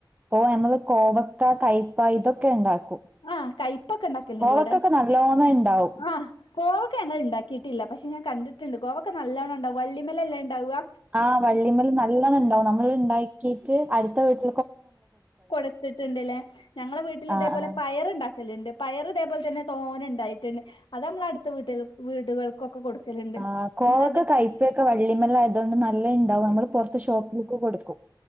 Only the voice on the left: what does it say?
ആഹ് കൈപ്പൊക്കെ ഇണ്ടാക്കല്
ഇണ്ട് ഇവടെ
ആഹ്. കോവൊക്ക ഞങ്ങള് ഉണ്ടാക്കിയിട്ടില്ല പക്ഷെ ഞാൻ കണ്ടിട്ടുണ്ട് കോവൊക്ക നല്ലവണം ഇണ്ടാവും വള്ളിമലല്ലേ അത്ണ്ടാവാ.
കൊടുത്തിട്ടുണ്ട് ല്ലേ ഞങ്ങളെ വീട്ടിൽ ഇതേപോലെ
പയറ് ഇണ്ടാക്കല്ണ്ട് പയറ് ഇതേപോലെ തന്നെ തോന ഉണ്ടായിട്ടുണ്ട് അത് നമ്മള് അടുത്ത വീട്ടിൽ വീടുകൾക്കൊക്കെ കൊടുക്കലുണ്ട്
പിന്നെ അതെ